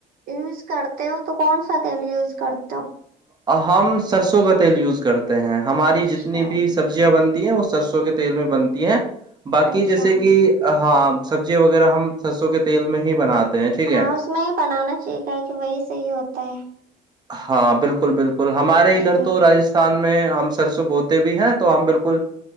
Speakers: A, on the right; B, on the right.
A: یوز کرتے ہو تو کون سا تیل یوز کرتے ہو
B: ہم سرسوں کا تیل یوز کرتے ہیں ہماری
A: اچھا
B: جتنی بھی سبزیاں بنتی ہیں وہ سرسوں کے تیل میں بنتی ہے باقی
A: اچھا
B: جیسے کہ ہاں سبزیاں وغیرہ ہم سرسوں کے تیل میں ہی بناتے ہیں ٹھیک ہے
A: ہاں اس میں یہ بنانا چاہیے کہ وہی صحیح ہوتا ہے
B: ہاں بالکل بالکل ہمارے ادھر
A: جی
B: تو رجستھان میں ہم سرسو بوتے بھی ہیں تو ہم بالکل